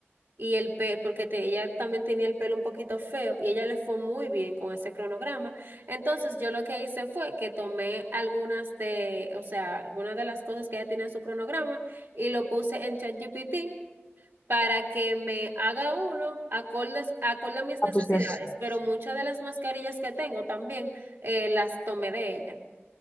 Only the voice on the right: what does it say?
Y el pe porque te- ella también tenía el pelo un poquito feo y ella le fue muy bien con ese cronograma. Entonces yo lo que hice fue que tomé algunas de, o sea, algunas de las cosas que ella tiene en su cronograma y lo puse en ChatGPT para que me haga uno acordes, acorde a mis
necesidades,
pero muchas de las mascarillas que tengo también eh, las tomé de ella,